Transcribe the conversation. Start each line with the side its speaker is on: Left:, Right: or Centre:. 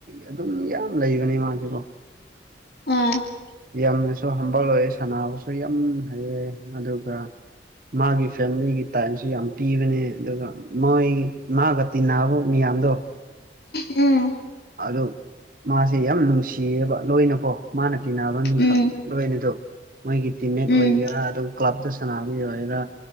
Right: ꯑꯗꯨꯝ ꯌꯥꯝ ꯂꯩꯕꯅꯦ ꯃꯥꯁꯦꯀꯣ
Left: ꯎꯝ
Right: ꯌꯥꯝꯅꯁꯨ ꯍꯝꯕ ꯑꯣꯏꯌꯦꯦ ꯁꯥꯟꯁꯨ ꯁ ꯌꯥꯝ ꯍꯩꯑ ꯑꯗꯨꯒ ꯃꯥꯒꯤ ꯐꯦꯃꯤꯂꯤꯒꯤ ꯇꯥꯏꯝꯁꯨ ꯌꯥꯝ ꯄꯤꯕꯅꯦ ꯑꯗꯨꯒ ꯃꯣꯏ ꯃꯥꯒ ꯇꯤꯟꯅꯕ ꯃꯤꯌꯥꯝꯗꯣ
Left: ꯎꯝ
Right: ꯑꯗꯣ ꯃꯥꯁꯦ ꯌꯥꯝ ꯅꯨꯡꯁꯤꯌꯦꯕ ꯂꯣꯏꯅꯀꯣ ꯃꯥꯅ ꯇꯤꯟꯅꯕ ꯃꯤꯈꯛ
Left: ꯎꯝ
Right: ꯂꯣꯏꯅꯗꯣ ꯃꯣꯏꯒꯤ ꯇꯤꯝꯃꯦꯠ
Left: ꯎꯝ
Right: ꯑꯣꯏꯒꯦꯔꯥ ꯑꯗꯨꯝ ꯀ꯭ꯂꯕꯇ ꯁꯥꯟꯅꯕ ꯃꯤ ꯑꯣꯏꯒꯦꯔꯥ